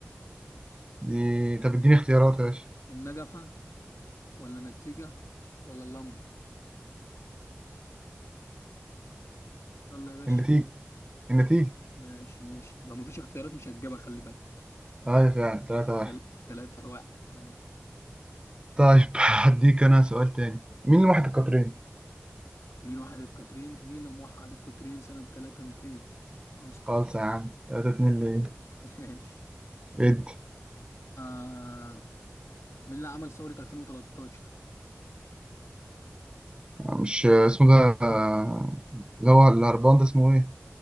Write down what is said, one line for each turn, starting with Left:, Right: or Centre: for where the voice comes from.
Right: دي طب اديني اختيارات يا باشا
Left: النجفة ولا النتيجة ولا اللمبة يلا يا باشا
Right: النتيجة
Left: حلو
Right: النتيجة
Left: ماشي ماشي لو مفيش اختيارات مش هتجيبها خلي بالك
Right: ايوه فعلا تلاتة واحد
Left: تل- تلاتة واحد ماشي
Right: طيب <laughs> هديك انا سؤال تاني مين اللي واحد القطرين؟
Left: مين واحد القطرين مين موحد القطرين سنة تلاتة ميتين أصلا
Right: خالص يا عم تلاتة اتنين ليه؟
Left: <laughs> ماشي
Right: ادي
Left: آه مين اللي عمل ثورة 2013
Right: مش اسمه ده آه، اللي هو الهربان ده اسمه ايه؟